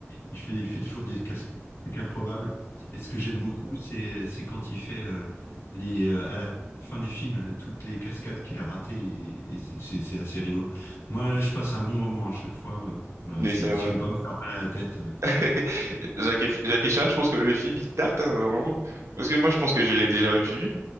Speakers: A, on the left; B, on the right.
A: il fait, il fait toujours des cascades improbables. Et ce que j'aime beaucoup, c'est, c'est quand il fait euh, les, euh, à la fin du film, euh, toutes les cascades qu'il a ratées. Et, et c'est c'est- c'est assez rigolo. Moi, là, je passe un bon moment à chaque fois. euh, voilà,
B: Mais
A: si,
B: c'est vrai.
A: si je veux pas me faire mal à la tête,
B: <laughs> Jackie, Jackie Chan, je pense que le film, il date, hein, vraiment. Parce que moi, je pense que je l'ai déjà vu,